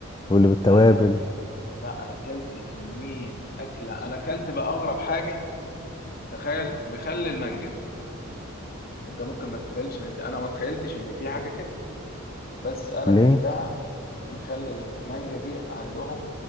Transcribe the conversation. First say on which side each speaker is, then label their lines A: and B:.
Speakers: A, on the left (about 20°); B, on the left (about 45°).
A: واللي بالتوابل
B: لا لا لا انا اكلت كميه اكله انا اكلت بقى اغرب حاجه تخيل مخلل المانجا انت ممكن ما تتخيلش ان دي انا ما تخيلتش ان في حاجه كده بس انا
A: ليه؟
B: اكلتها مخلل المانجا دي عندهم